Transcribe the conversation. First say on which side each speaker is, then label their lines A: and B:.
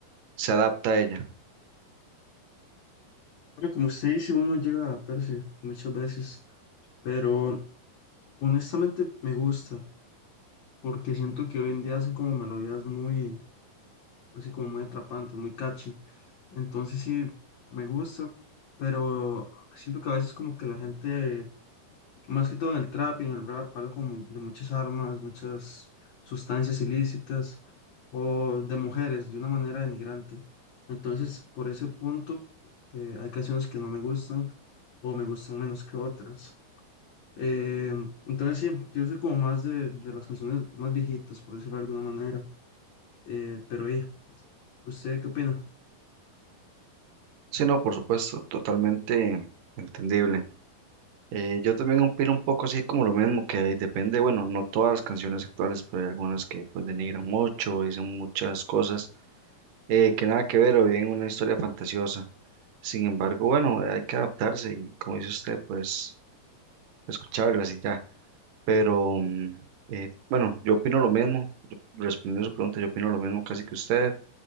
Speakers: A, on the right; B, on the left.
A: se adapta a ella?
B: Bueno, como usted dice, uno llega a adaptarse muchas veces, pero honestamente me gusta, porque siento que hoy en día hacen como melodías muy, así como muy atrapantes, muy catchy. Entonces sí, me gusta, pero siento que a veces como que la gente, más que todo en el trap y en el rap, habla como de muchas armas, muchas sustancias ilícitas o de mujeres de una manera denigrante. Entonces, por ese punto, eh, hay canciones que no me gustan o me gustan menos que otras. Eh, entonces sí, yo soy como más de, de las canciones más viejitas, por decirlo de alguna manera. Eh, pero eh, ¿usted qué opina?
A: Sí, no, por supuesto, totalmente entendible. Eh, yo también opino un poco así como lo mismo, que depende, bueno, no todas las canciones actuales, pero hay algunas que pues denigran mucho, dicen muchas cosas eh, que nada que ver o bien una historia fantasiosa. Sin embargo, bueno, hay que adaptarse y como dice usted, pues escucharlas y ya. Pero mm, eh, bueno, yo opino lo mismo, yo- respondiendo a su pregunta, yo opino lo mismo casi que usted.